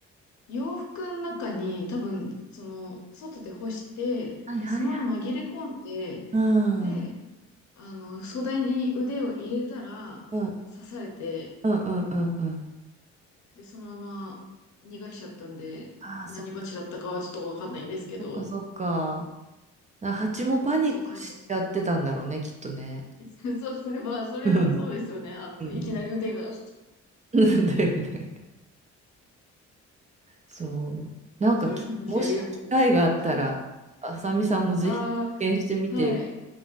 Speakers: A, on the left; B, on the right.
A: 洋服の中に多分、その、外で干して、
B: はいはいはい。
A: で、そのまま紛れ込んで、
B: うん、
A: で、
B: うん、
A: あの、袖に腕を入れたら、
B: うん、
A: 刺されて、
B: うん、うん、うん。
A: で、そのまま逃がしちゃったんで、
B: ああ、
A: 何バチだったかはちょっとわかんないんですけど、
B: そっか。そっか、そっか。あ蜂もパニックしちゃってたんだろうね、
A: めっちゃ痛かったです。
B: きっとね。
A: <laughs> そうですね。まあ、そりゃそうですよね。
B: <laughs> うん
A: あの、
B: うん。
A: いきなり腕が。
B: <laughs> うんだよね。そう。
A: <laughs>
B: なんかき、
A: 面白い話ありがとうございます。
B: もし機会があったら、
A: はい。
B: あさみさんもぜひ実験してみてよ。
A: ああ、はい。